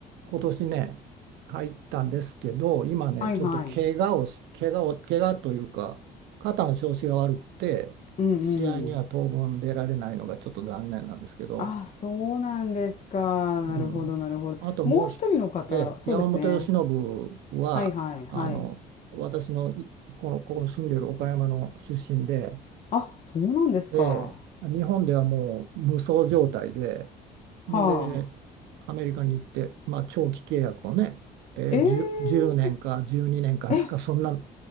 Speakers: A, on the right; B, on the left.
A: 今年ね、入ったんですけど、今ね、
B: いはい。
A: ちょっと怪我をし、怪我を、怪我というか、肩の調子が悪くて、
B: うんうん。
A: 試合には当分出られないのがちょっと残念なんですけど、
B: ああ、そうなんですか。なるほど、
A: うん。
B: なるほど。
A: あともうひ、
B: もう一人の方、
A: え、
B: そうですね。
A: 山本由伸は、
B: はいはいはい。
A: あの、私のいこの、ここに住んでる岡山の出身で、
B: あ、そうなんですか。
A: ええ、日本ではもう無双状態で、
B: はあ。
A: んで、アメリカに行って、まあ、長期契約をね、えー、
B: え
A: 10、年か12年かなんか、
B: ええ、
A: そんな